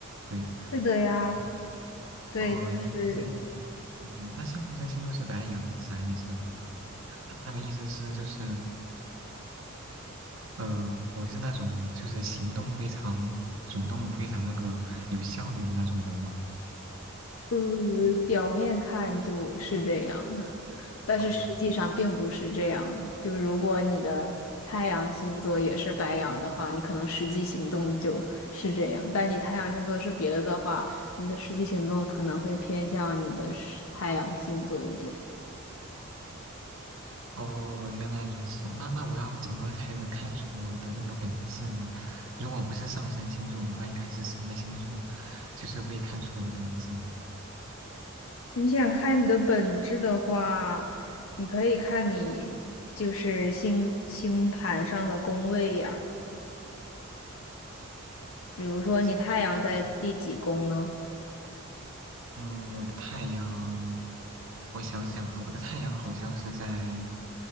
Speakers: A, on the right (about 65°); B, on the left (about 70°).
A: 对，
B: 是的呀，
A: 嗯
B: 对，
A: 哦，
B: 就是。
A: 原来是这样。嗯，那上升星座是白羊是啥意思呢？他的意思是就是。呃，我是那种就是行动非常主动、非常那个有效率的那种人嘛。
B: 嗯，表面看就是这样的，但是实际上并不是这样。
A: 哦，
B: 就如果你的太阳星座也是白羊的话，你可能实际行动就是这样；但你太阳星座是别的的话，你的实际行动可能会偏向你的是太阳星座一点。
A: 哦，原来如此。那那我要怎么才能看出我的那个本质呢？如果不是上升星座的话，应该是什么星座，就是会看出我的本质？
B: 你想看你的本质的话，你可以看你就是星星盘上的宫位呀，比如说你太阳在第几宫呢？
A: 星盘上的。嗯，我的太阳，我想想哈，我的太阳好像是在